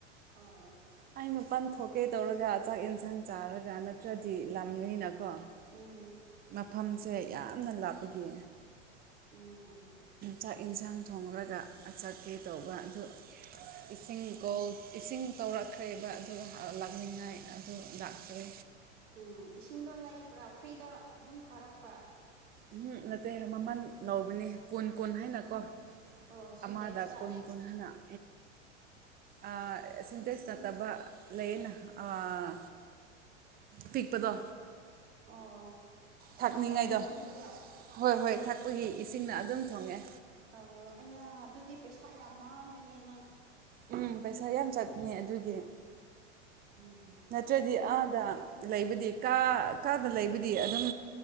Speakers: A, on the right (about 75°); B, on the right (about 25°).
A: ꯑꯥꯎ
B: ꯑꯩ ꯃꯄꯥꯟ ꯊꯣꯛꯀꯦ ꯇꯧꯔꯒ ꯆꯥꯛ ꯏꯟꯁꯥꯡ ꯆꯥꯔꯒ ꯅꯠꯇ꯭ꯔꯗꯤ ꯂꯝꯅꯤꯅꯀꯣ
A: ꯎꯝ
B: ꯃꯐꯝꯁꯦ ꯌꯥꯝꯅ ꯂꯥꯞꯄꯒꯤ
A: ꯑꫭ
B: ꯆꯥꯛ ꯏꯟꯁꯥꯡ ꯊꯣꯡꯔꯒ ꯑ ꯆꯠꯀꯦ ꯇꯧꯕ ꯑꯗꯨ ꯏꯁꯤꯡ ꯀꯣ ꯏꯁꯤꯡ ꯇꯧꯔꯛꯈ꯭ꯔꯦꯕ ꯑꯗꯨ <unintelligible> ꯂꯥꯛꯃꯤꯟꯅꯩ ꯑꯗꯨ ꯂꯥꯛꯇ꯭ꯔꯤ
A: ꯑꯣ ꯏꯁꯤꯡꯗꯣ ꯂꯩꯕ꯭ꯔꯥ ꯐ꯭ꯔꯤꯗ ꯑꯗꯨꯝ ꯊꯥꯔꯛꯄ꯭ꯔꯥ
B: ꯎꯍꯨ ꯅꯠꯇꯦ ꯃꯃꯟ ꯂꯧꯕꯅꯦ ꯀꯨꯟ ꯀꯨꯟ ꯍꯥꯏꯅꯀꯣ
A: ꯑꯣ ꯁꯤꯟꯇꯦꯛꯁꯇ
B: ꯑꯃꯗ ꯀꯨꯟ ꯀꯨꯟ <unintelligible> ꯑꯥ ꯁꯤꯟꯇꯦꯛꯁ ꯅꯠꯇꯕ ꯂꯩꯌꯦꯅ ꯑꯥ ꯄꯤꯛꯄꯗꯣ
A: ꯑꯣ
B: ꯊꯥꯛꯅꯤꯡꯉꯥꯏꯗꯣ
A: ꯊꯛꯄꯒꯤ ꯏꯁꯤꯡꯗꯨꯔꯣ
B: ꯍꯣꯏ ꯍꯣꯏ ꯊꯛꯄꯒꯤ ꯏꯁꯤꯡꯅ ꯑꯗꯨꯝ ꯊꯣꯡꯉꯦ
A: ꯑꯣ ꯑꯌꯥ ꯑꯗꯨꯗꯤ ꯄꯩꯁꯥ ꯌꯥꯝ ꯃꯥꯡꯒꯅꯤ ꯅꯪ
B: ꯎꯝ ꯄꯩꯁꯥ ꯌꯥꯝ ꯆꯠꯅꯤ ꯑꯗꯨꯒꯤ
A: ꯎꯝ
B: ꯅꯠꯇ꯭ꯔꯗꯤ ꯑꯥꯗ ꯂꯩꯕꯗꯤ ꯀꯥ ꯀꯥꯗ ꯂꯩꯕꯗꯤ ꯑꯗꯨꯝ